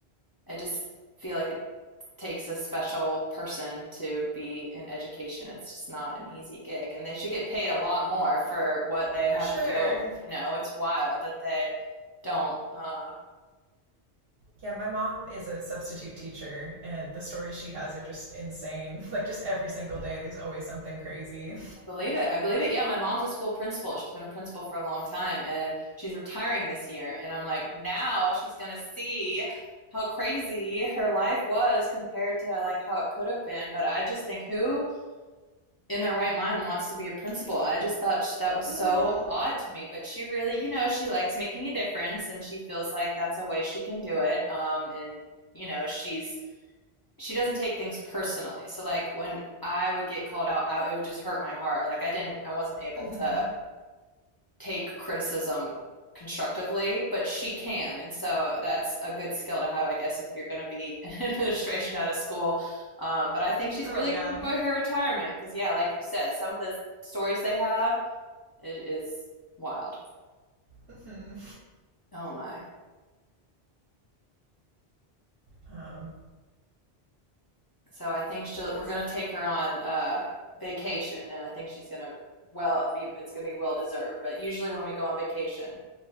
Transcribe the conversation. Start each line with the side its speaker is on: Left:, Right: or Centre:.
Left: I just feel like it takes a special person to be in education. It's just not an easy gig, and they should get paid a lot more for what they
Right: For
Left: have
Right: sure.
Left: to deal with. You know, it's wild that they don't. Uh,
Right: Yeah, my mom is a substitute teacher, and the stories she has are just insane. <laughs> Like, just every single day, there's always something crazy.
Left: I believe it. I believe it. Yeah, my mom's a school principal. She's been a principal for a long time, and she's retiring this year. And I'm like, now she's gonna see how crazy her life was compared to like how it could have been. But I just think who in their right mind wants to be a principal. I just thought that was
Right: hmm
Left: so odd to me, but she really, you know, she likes making a difference and she feels like that's a way she can do it. Um, and you know, she's she doesn't take things personally. So like when I would get called out, I, it would just hurt my heart. Like I didn't, I wasn't able
Right: hmm
Left: to take criticism constructively, but she can. And so that's a good skill to have, I guess, if you're going to be <laughs> in administration out of school. Um, but I think she's
Right: Oh,
Left: really
Right: yeah.
Left: going to enjoy her retirement because, yeah, like you said, some of the stories they have is, is wild.
Right: hmm
Left: Oh my!
Right: <laughs> um,
Left: So I think she'll. We're
Right: yes,
Left: going
Right: sir.
Left: to take her on uh, vacation, and I think she's going to well be. It's going to be well deserved. But usually when we go on vacation,